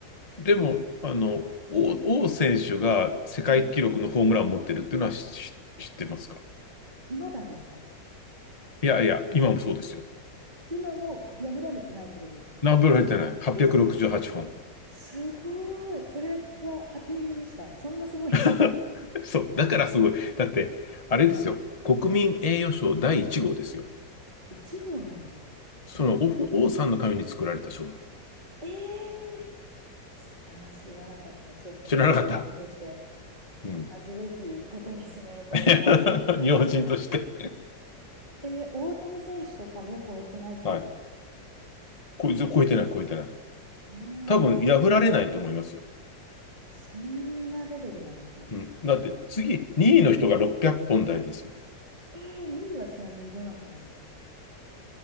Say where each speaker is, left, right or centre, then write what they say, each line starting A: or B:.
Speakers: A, on the left; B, on the right.
A: でも、あの、王、王選手が世界記録のホームランを持ってるっていうのは知知知ってますか
B: はい。まだですか
A: いやいや、今もそうですよ。
B: 今も破られてないってことですか
A: 何本入ってない ?868
B: え、
A: 本。
B: すごい。それは初耳でした。そんなすごい人。
A: <laughs>
B: <laughs>
A: そう、だからすごい。だって、あれですよ。国民栄誉賞第1号ですよ。
B: 1号なんですか
A: その王、王さんのために作られた賞なの。
B: ええー、それは知らなかった。ちょっと日本人として
A: 知らなかった。うん。
B: 恥ずべきことですね、これは。
A: <laughs> 日本人として。
B: えー、大谷選手とかも超えてないってことです
A: はい。こいつ超えてない、
B: ね。
A: 超えてない。
B: えー、うわー、
A: 多分破られないと思いますよ。
B: そんなレベルなんですね。
A: うん。だって次、2位の人が600本台ですもん。
B: えー、2位はちなみにどなたなんですか